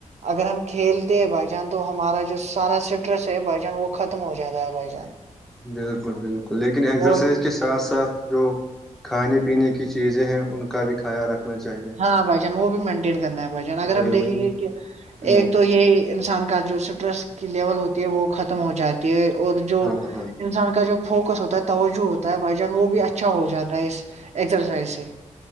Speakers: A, on the right; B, in the centre.
A: اگر ہم کھیلتے ہیں بھائی جان تو ہمارا جو سارا اسٹریس ہے بھائی جان وہ ختم ہو جاتا ہے بھائی جان
B: بالکل بالکل لیکن ایگزرسائز
A: اور
B: اس کے ساتھ ساتھ جو کھانے پینے کی چیزیں ہیں ان کا بھی خیال رکھ نا چاہیے
A: ہاں بھائی جان وہ بھی مینٹین کرنا ہے بھائی جان اگر
B: وہی
A: ہم
B: وہی
A: دیکیں گے کہ
B: ہ
A: ایک تو یہ انسان کا جوس اسٹرس کی لیول ہوتی ہے وہ ختم ہو جاتی ہے اور جو
B: ہاں ہاں
A: انسان کا جو فوکس ہوتا ہے توجہ ہوتا ہے بھائی جان وہ بھی اچھا ہو جاتا ہے اس ایکسرسائز سے